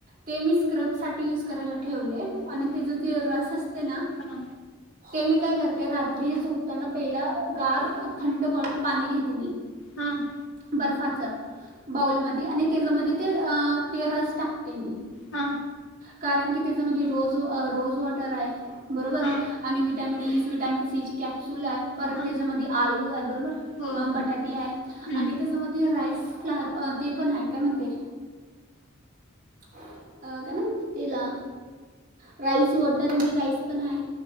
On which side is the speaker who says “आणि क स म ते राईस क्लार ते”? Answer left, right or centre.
Right